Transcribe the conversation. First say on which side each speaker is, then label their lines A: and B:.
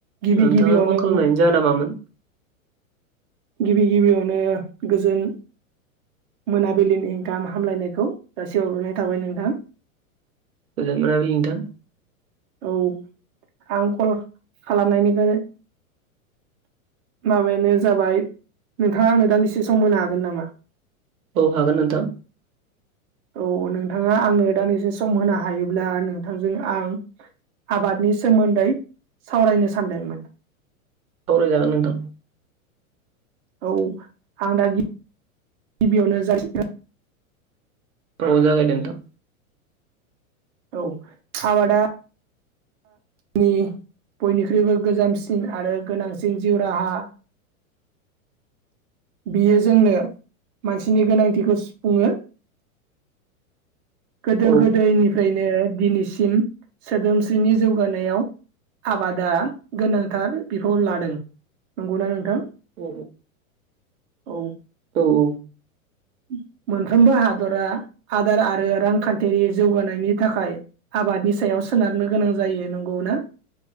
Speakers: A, on the right; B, on the right.
A: गिबि
B: नोंथाङा
A: गिबि अने
B: फन खालामनायनि
A: <inaudible>
B: जाहोना मामोन
A: गिबि गिबियावनो गोजोन मोनाबिलिनि गाहाम हामलायनायखौ जासि हरग्रोनाय थाबाय नोंथां।
B: गोजोन‌ मोनाबिलिनि नोंथां
A: औ आं कल खालामनायनिफ्राय <unintelligible> माबायानो जाबाय नोंथाङा आंनो दान्दिसे सम मोनो हागोन नामा?
B: औ हागोन नोंथां
A: औ नोंथाङा आंनो दानदिसे सम होनो हायोब्ला नोंथांजों आं आबादनि सोमोन्दै सावरायनो सानदोंमोन।
B: सावरायजागोन नोंथां।
A: औ आं दा गिबियावनो <unintelligible>
B: औ जागोन दे नोंथां
A: औ आबादा नि बयनिख्रुइबो गोजामसिन आरो गोनांसिन जिउ राहा <inaudible> बियो जोंनो मानसिनि गोनांथिखौ सुफुङो गोदो
B: औ
A: गोदायनिफ्रायनो दिनैसिम सोदोम जोंनि जौगानायाव आबादा गोनांथार बिफाव लादों नंगौना नोंथां
B: औ
A: औ
B: औ औ
A: उम मोनफ्रोमबो हादरा आदार आरो रांखान्थियारि जौगानायनि थाखाय आबादनि सायाव सोनारनो गोनां जायो नंगौ ना